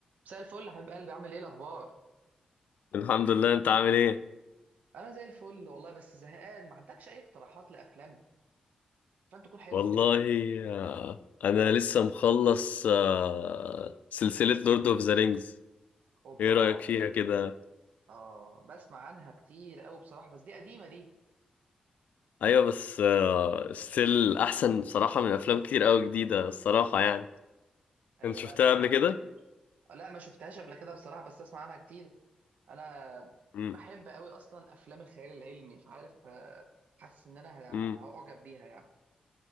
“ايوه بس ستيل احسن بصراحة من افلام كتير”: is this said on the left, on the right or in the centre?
Left